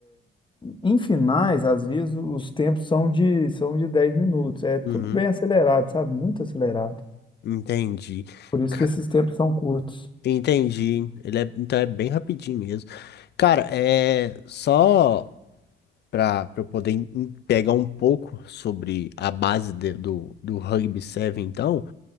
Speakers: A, on the left; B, on the left.
A: Em finais, às vezes, os tempos são de, são de dez minutos. É tudo
B: uhum,
A: bem acelerado, sabe? Muito acelerado.
B: entendi.
A: Por isso
B: Ca-
A: que esses tempos são curtos.
B: Entendi. Ele é, então é bem rapidinho mesmo. Cara, é só. para eu poder em- pegar um pouco sobre a base de- do, do Rugby 7, então,